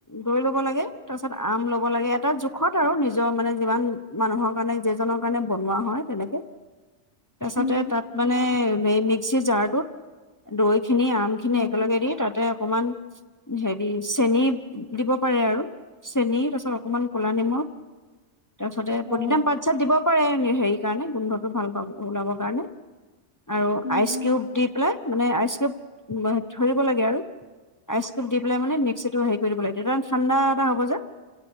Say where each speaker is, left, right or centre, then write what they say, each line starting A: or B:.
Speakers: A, on the left; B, on the left.
A: দৈ ল'ব লাগে তাৰ পিছত আম ল'ব লাগে এটা জোখত আৰু নিজ নিজৰ মানে যিমান মানুহৰ কাৰণে যিজনৰ কাৰণে বনোৱা হয় তেনেকে তাৰপাছতে
B: উম,
A: তাত মানে এই মিক্সিৰ জাৰতোত দৈ খিনি আম খিনি
B: উম
A: একেলগে দি তাতে অকমান হেৰি চেনি দিব পাৰে আৰু। চেনীৰ তাপাছত অকণমান ক'লা নিমখ। তাৰপিছতে প্ৰদিনা
B: অ',
A: পাট চাট দিব পাৰে হেৰি কাৰণে গোন্ধটো ভাল পাব ওলাব কাৰণে। আৰু
B: উম,
A: আইচ
B: উম,
A: কিউব দি পেলাই মানে আইচ কিউব ধৰিব লাগে আৰু। আইচক্ৰীম দি পেলাই মানে মিক্সিটো হেৰি কৰি দিব লাগে তেতিয়া ঠাণ্ডা এটা হ'ব যে।